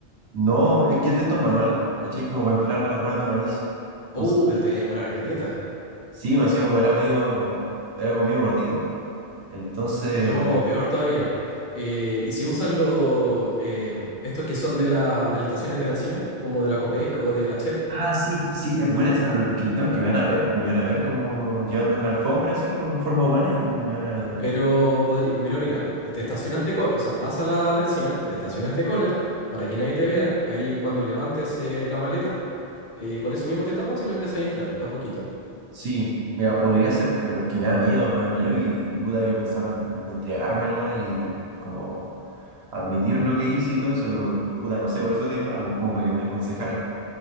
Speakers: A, on the right (about 75°); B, on the left (about 50°).
A: No, es que es de estos manuales, ¿cachai? Como para inflar las ruedas de una bici. Entonces,
B: Uh, pero te voy a demorar caleta.
A: sí, me hacía como era medio, era como medio gordito, entonces,
B: No, peor todavía. Eh, ¿y si usan los eh, estos que son de, la, de las estaciones de bencina, como de la Copec o de la Shell?
A: ah, sí, sí, es buena esa, pero es que el tema es que me van a ver, pues, me van a ver como llevando una alfombra así, con forma humana y me van a,
B: Pero, podri- pero mira, te estacionas de cola, o sea, vas a la bencina, te estacionas de cola para que nadie te vea, ahí cuando levantes eh, la maleta, eh, con eso mismo te tapas y lo empiezas a inflar, de a poquito.
A: Sí, mira, podría ser, pero es que me da miedo, me da miedo y, y puta, había pensado en entregarme nomás y como admitir lo que hice y todo eso, pero puta, no sé, por eso te llamaba, pues, como para que me aconsejaras.